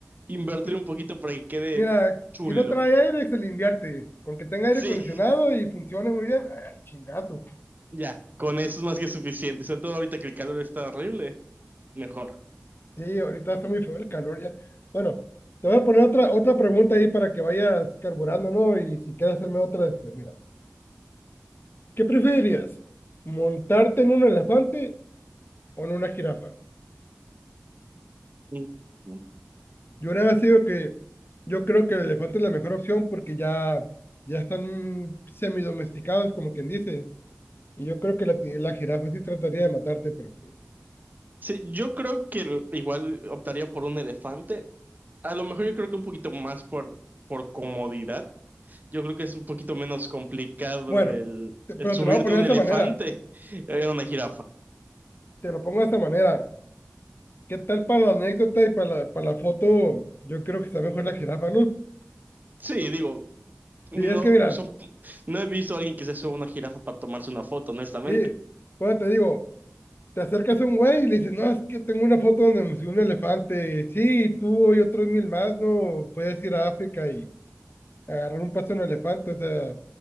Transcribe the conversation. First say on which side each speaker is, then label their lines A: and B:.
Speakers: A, on the right; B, on the left.
A: invertir
B: Mi-
A: un poquito para que quede
B: Mira,
A: chulo.
B: si no trae aire, se le invierte, con que tenga aire
A: Sí,
B: acondicionado y funcione muy bien, ah, chingazo.
A: <laughs> ya, con eso es más que suficiente. Sobre todo ahorita que el calor está horrible, mejor.
B: Sí, ahorita está muy feo el calor ya. Bueno, te voy a poner otra, otra pregunta ahí para que vayas carburando, ¿no? Y si quieres hacerme otra después, mira, ¿qué preferirías? ¿Montarte en un elefante o en una jirafa.
A: Mm.
B: Yo una vez digo que yo creo que el elefante es la mejor opción porque ya, ya están semidomesticados, como quien dice. Y yo creo que la, ti- la jirafa sí trataría de matarte, pero pues,
A: Sí, yo creo que el- igual optaría por un elefante. A lo mejor yo creo que un poquito más por, por comodidad. yo creo que es un poquito menos complicado
B: bueno,
A: el,
B: te- pero
A: el subirte
B: te lo voy a poner
A: a un
B: de esta
A: elefante,
B: manera.
A: eh, a una jirafa.
B: Te lo pongo de esta manera. ¿Qué tal para la anécdota y para la, para la foto? Yo creo que está mejor la jirafa, ¿no?
A: Sí, digo, no,
B: Sí, es que mira,
A: son, no he visto a alguien que se suba a una jirafa para tomarse una foto, honestamente.
B: sí, bueno, te digo, te acercas a un güey y le dices, no, es que tengo una foto donde me subí un elefante. Sí, tú y otros mil más, ¿no? Puedes ir a África y agarrar un paso en un elefante, o sea,